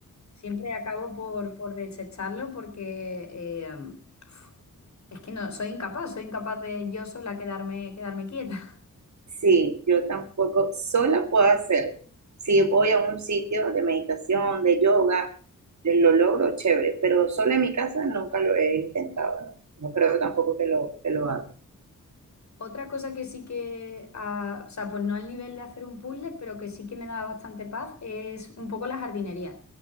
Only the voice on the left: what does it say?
siempre acabo por, por desecharlo porque eh, uf, es que no, soy incapaz, soy incapaz de yo sola quedarme, quedarme quieta.
Otra cosa que sí que, ah, o sea, pues no al nivel de hacer un puzzle, pero que sí que me da bastante paz, es un poco la jardinería.